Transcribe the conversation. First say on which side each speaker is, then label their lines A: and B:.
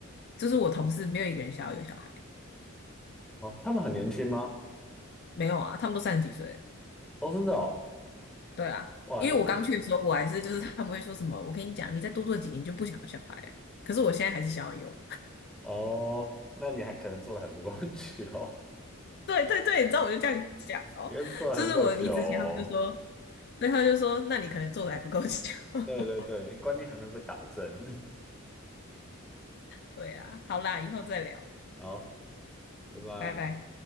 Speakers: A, on the left; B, in the centre.
A: 就是我同事没有一个人想要有小孩，
B: 哦，他们很年轻吗？
A: 没有啊，他们都三十几岁了
B: 哦，真的哦，
A: 对啊，
B: 哇，
A: 因为我刚去的时候，
B: 那这
A: 我还是就是他们会说什么，我跟你讲，你再多做几年就不想要小孩了，可是我现在还是想要有。
B: 哦，那你还可能做的还不够 <laughs> 久，
A: 对对对，你知道我就这样讲哦，
B: 应该是做的还不够久哦。
A: 就是我离职前他们就说，对，他们就说，那你可能做的还不够久。<laughs>
B: 对对对，你观念还没有被打正。
A: 对啊，好啦，以后再聊，
B: <laughs> 好，拜拜。
A: 拜拜。